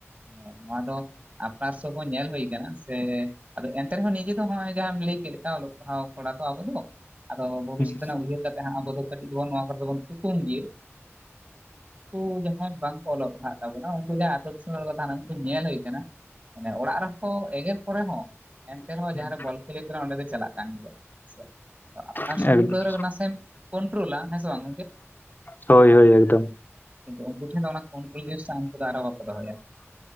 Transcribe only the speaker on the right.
ᱦᱮᱸ ᱱᱚᱣᱟ ᱫᱚ ᱟᱯᱱᱟᱨ ᱥᱚᱢᱚᱭ ᱧᱮᱞ ᱦᱩᱭ ᱟᱠᱟᱱᱟ ᱥᱮ ᱟᱫᱚ ᱮᱱᱛᱮ ᱨᱮᱦᱚᱸ ᱱᱤᱡᱮ ᱫᱚ ᱱᱚᱜᱼᱚᱭ ᱡᱟᱦᱟᱸᱢ ᱞᱟᱹᱭ ᱠᱮᱫ ᱞᱮᱠᱟ ᱚᱞᱚᱜ ᱯᱟᱲᱦᱟᱣ ᱠᱚᱲᱟ ᱛᱚ ᱟᱵᱚ ᱫᱚ ᱟᱫᱚ ᱵᱷᱚᱵᱤᱥᱥᱚᱛ
ᱨᱮᱱᱟᱜ ᱩᱭᱦᱟᱹᱨ ᱠᱟᱛᱮ ᱦᱟᱸᱜ ᱟᱵᱚ ᱫᱚ ᱠᱟᱹᱴᱤᱡ ᱫᱚᱵᱚ ᱱᱚᱣᱟ ᱠᱚᱨᱮ ᱫᱚᱵᱚᱱ ᱛᱷᱩᱠᱩᱢ ᱜᱮᱭᱟ᱾ ᱩᱝᱠᱩ ᱡᱟᱦᱟᱸᱭ ᱵᱟᱝ ᱠᱚ ᱚᱞᱚᱜ ᱯᱟᱲᱦᱟᱜ ᱛᱟᱵᱚᱱᱟ ᱩᱝᱠᱩ ᱟᱫᱚ ᱩᱱ ᱥᱚᱢᱚᱭ ᱨᱮᱠᱚ ᱫᱟᱬᱟᱱ ᱛᱮ ᱧᱮᱞ ᱦᱩᱭ ᱠᱟᱱᱟ ᱢᱟᱱᱮ ᱚᱲᱟᱜ ᱨᱮᱦᱚᱸ ᱠᱚ ᱮᱜᱮᱨ ᱯᱚᱨᱮ ᱦᱚᱸ ᱮᱱᱛᱮ ᱨᱮᱦᱚᱸ
ᱡᱟᱦᱟᱸᱨᱮ ᱵᱚᱞ ᱠᱷᱮᱞ ᱦᱩᱭᱩᱜ ᱠᱟᱱᱟ ᱚᱸᱰᱮ ᱫᱚ ᱪᱟᱞᱟᱜ ᱠᱟᱱ ᱜᱮᱭᱟ ᱥᱮ ᱟᱯᱱᱟᱨ
ᱥᱚᱵ
ᱵᱤᱫᱟᱹᱞ ᱨᱮᱦᱚᱸ ᱥᱮᱢ ᱠᱚᱱᱴᱨᱳᱞᱟ ᱦᱮᱸᱥᱮ ᱵᱟᱝ
ᱠᱤᱱᱛᱩ ᱩᱱᱠᱩ ᱴᱷᱮᱱ ᱫᱚ ᱚᱱᱟ ᱠᱚᱱᱴᱨᱳᱞ ᱡᱤᱱᱤᱥ ᱥᱟᱶ ᱩᱱᱠᱩ ᱫᱚ ᱟᱨᱚ ᱵᱟᱠᱚ ᱫᱚᱦᱚᱭᱟ᱾